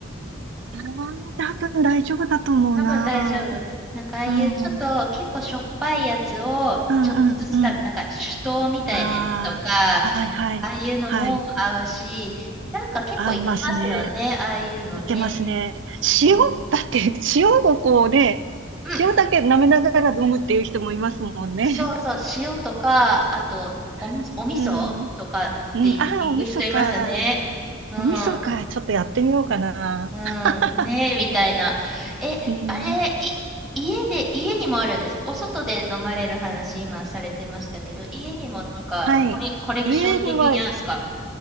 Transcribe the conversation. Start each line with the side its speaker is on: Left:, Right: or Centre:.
Right: ああ、多分大丈夫だと思うな。
Centre: 多分大丈夫。なんかああいうちょっと結構しょっぱいやつをちょっとずつ食べ、
Right: うん、うん、うん、うん。
Centre: なんか酒盗みたいなやつとか、
Right: ああ、
Centre: あ
Right: はい、はい、
Centre: あいうのも合うし、
Right: はい。
Centre: なんか結構いけますよね、
Right: 合いますね。
Centre: ああいうのね。
Right: いけますね。
Centre: うん。
Right: 塩、だって <laughs> 塩をこうね、
Centre: うん、
Right: 塩だけ舐めながら飲むっていう人もいますもんね。
Centre: そうそう、塩とか、あとおみ、
Right: <laughs>
Centre: お味噌とかでい行く人いますよね。
Right: うん。うん、ああ、お味噌か。
Centre: うん、
Right: お味噌か。ちょっとやってみようかな。
Centre: うん、
Right: <laughs>
Centre: ねえ、みたいな。え、
Right: うん。
Centre: あれ、い、家で、家にもあるんですかお外で飲まれる話、今されてましたけど、家にもなんか、
Right: はい。
Centre: コレ、コレクション的にあるんですか
Right: 家には、い